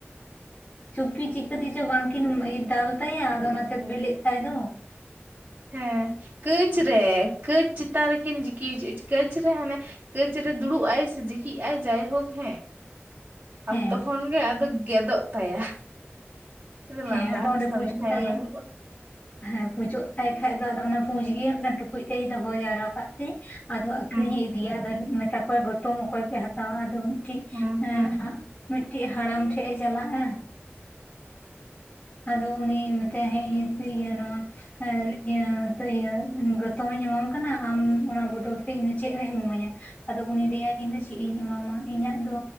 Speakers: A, on the left; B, on the right.
A: ᱪᱩᱯᱤ ᱪᱤᱠᱟᱹᱛᱮ ᱪᱚ ᱵᱟᱝ ᱠᱤᱱ ᱫᱟᱞ ᱛᱟᱭᱟ ᱟᱫᱚ ᱚᱱᱟᱛᱮ ᱵᱤᱞᱮᱫ ᱛᱟᱭ ᱫᱚ
B: ᱦᱮᱸ ᱠᱟᱹᱪ ᱨᱮ ᱠᱟᱹᱪ ᱪᱮᱛᱟᱱ ᱨᱮᱠᱤᱱᱤᱠᱤ ᱡᱤᱠᱤᱼᱼᱠᱟᱹᱪ ᱨᱮ ᱦᱟᱱᱮ ᱠᱟᱹᱪ ᱨᱮ ᱫᱩᱲᱩᱵᱼ ᱟᱭ ᱥᱮ ᱡᱤᱠᱤᱜ ᱟᱭ ᱡᱟᱭᱦᱳᱠ ᱦᱮᱸ
A: ᱦᱮᱸ
B: ᱟᱫᱚ ᱛᱚᱠᱷᱚᱱ ᱜᱮ ᱟᱫᱚ ᱜᱮᱫᱚᱜ ᱛᱟᱭᱟ ᱪᱮᱫ
A: ᱦᱮᱸ
B: ᱞᱟᱸᱫᱟ
A: ᱟᱫᱚ
B: ᱦᱚᱸ
A: ᱚᱸᱰᱮ
B: ᱥᱟᱱᱟᱭᱟ
A: ᱯᱩᱡᱩᱜ ᱛᱟᱭᱟ
B: ᱚᱱᱟ ᱠᱚᱫᱚ
A: ᱦᱮᱸ ᱯᱩᱡᱩᱜ ᱛᱟᱭ ᱠᱷᱟᱡ ᱫᱚ ᱟᱫᱚ ᱚᱱᱟ ᱯᱩᱸᱡ ᱜᱮ ᱴᱩᱠᱩᱡ ᱛᱮᱭ ᱫᱚᱦᱚ ᱡᱟᱣᱨᱟ ᱠᱟᱜ ᱛᱮ ᱟᱫᱚ ᱟᱹᱠᱷᱨᱤᱧ
B: ᱦᱩᱸ
A: ᱮ ᱤᱫᱼᱼ ᱤᱭᱟ ᱟᱫᱚ ᱢᱮᱛᱟ ᱠᱚᱣᱟ ᱜᱚᱛᱚᱢ ᱚᱠᱚᱭ ᱯᱮ ᱦᱟᱛᱟᱣᱟ ᱟᱫᱚ ᱢᱤᱫᱴᱤᱡ
B: ᱦᱩᱸ
A: ᱮᱻ
B: ᱦᱩᱸ
A: ᱢᱤᱫᱴᱤᱡ ᱦᱟᱲᱟᱢ ᱴᱷᱮᱱ ᱮ ᱪᱟᱞᱟᱜᱼᱟ ᱟᱫᱚ ᱩᱱᱤ ᱢᱮᱛᱟᱭᱟᱭ ᱦᱮᱸ <unintelligible> ᱱᱚᱣᱟ ᱟᱨ ᱤᱭᱟᱹ ᱛᱟᱹᱭᱟ ᱜᱚᱛᱚᱢᱤᱧ ᱮᱢᱟᱢ ᱠᱟᱱᱟ ᱟᱢ ᱚᱱᱟ ᱵᱚᱫᱚᱞ ᱛᱮ ᱤᱧ ᱪᱮᱫ ᱮᱢ ᱤᱢᱟᱹᱧᱟ ᱟᱫᱚ ᱩᱱᱤ ᱞᱟᱹᱭᱟᱭ ᱤᱧ ᱫᱚ ᱪᱮᱫ ᱤᱧ ᱮᱢᱟᱢᱟ ᱤᱧᱟᱹᱜ ᱫᱚ